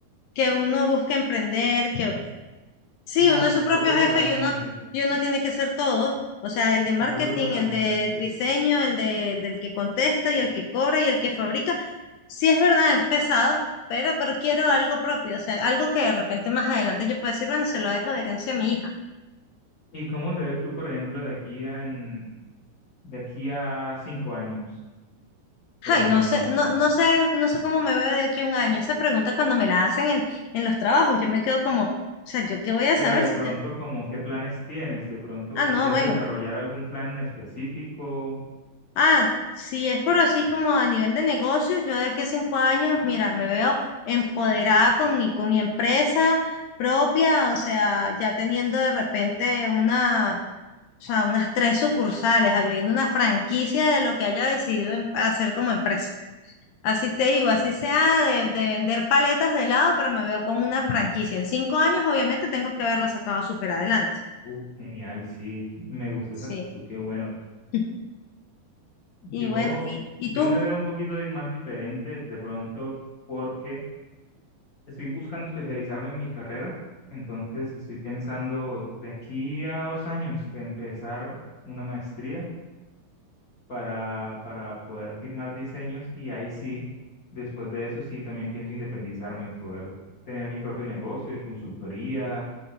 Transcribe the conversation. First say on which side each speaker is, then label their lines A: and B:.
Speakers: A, on the left (about 80°); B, on the left (about 40°).
A: que uno busque emprender, que Sí,
B: no,
A: uno
B: concuerdo
A: es su propio
B: totalmente,
A: jefe y uno, y uno tiene que ser todo. O sea, el de marketing,
B: concuerdo totalmente.
A: el de diseño, el de, del que contesta y el que cobra y el que fabrica. Sí es verdad, es pesado, pero, pero quiero algo propio. O sea, algo que de repente más adelante yo pueda decir, bueno, se lo dejo de herencia a mi hija.
B: ¿Y cómo te ves tú, por ejemplo, de aquí a en de aquí a cinco años profesionalmente.
A: Ay, no sé, no, no sé, no sé cómo me veo de aquí a un año. Esa pregunta cuando me la hacen en, en los trabajos, yo me quedo como, o sea, ¿yo qué voy a
B: Pero
A: saber
B: de
A: si
B: pronto,
A: yo-
B: como qué planes tienes? De pronto
A: Ah,
B: quisieras
A: no, bueno,
B: desarrollar algún plan en específico.
A: Ah, si es por así como a nivel de negocios, yo de aquí a cinco años, mira, me veo empoderada con mi, con mi empresa propia, o sea, ya teniendo de repente una, o sea, unas tres sucursales, abriendo una franquicia de lo que haya decidido em- hacer como empresa. Así te digo, así sea de, de vender paletas de helado, pero me veo con una franquicia. En cinco años, obviamente, tengo que haberla sacado súper adelante.
B: Uh, genial, sí. Me gusta
A: Sí.
B: esa actitud, qué bueno.
A: <laughs>
B: Yo,
A: Y bueno, ¿y, y
B: yo
A: tú?
B: me veo un poquito di- más diferente de pronto porque estoy buscando especializarme en mi carrera. Entonces estoy pensando de aquí a dos años empezar una maestría para, para poder firmar diseños y ahí sí, después de eso sí también pienso independizarme, poder tener mi propio negocio de consultoría,